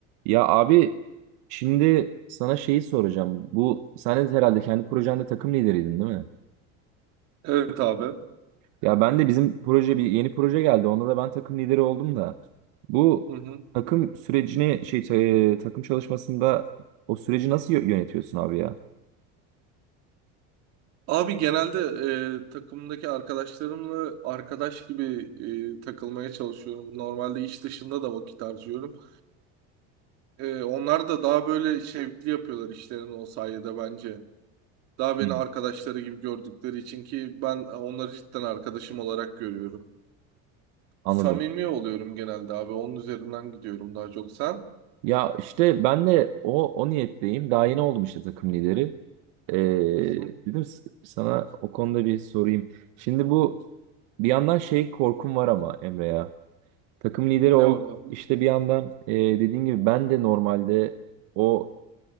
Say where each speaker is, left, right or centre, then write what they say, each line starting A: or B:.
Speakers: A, on the right; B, on the right.
A: Ya abi şimdi sana şeyi soracağım. Bu sen de herhalde kendi projende takım lideriydin değil mi?
B: Evet abi.
A: Ya ben de bizim proje bir yeni proje geldi. Onda da ben takım lideri oldum da. Bu
B: Hı hı.
A: takım sürecini şey e, takım çalışmasında o süreci nasıl yö- yönetiyorsun abi ya?
B: Abi genelde e, takımdaki arkadaşlarımla arkadaş gibi e, takılmaya çalışıyorum. Normalde iş dışında da vakit harcıyorum. E, onlar da daha böyle şevkli yapıyorlar işlerini o sayede bence. Daha beni
A: Hı.
B: arkadaşları gibi gördükleri için ki ben onları cidden arkadaşım olarak görüyorum.
A: Anladım.
B: Samimi oluyorum genelde abi. Onun üzerinden gidiyorum daha çok. Sen?
A: Ya işte ben de o o niyetteyim. Daha yeni oldum işte takım lideri. Ee,
B: Hı hı.
A: dedim s- sana o konuda bir sorayım. Şimdi bu bir yandan şey korkum var ama Emre ya. Takım lideri
B: Ne
A: oldu.
B: var abi?
A: İşte bir yandan e, dediğin gibi ben de normalde o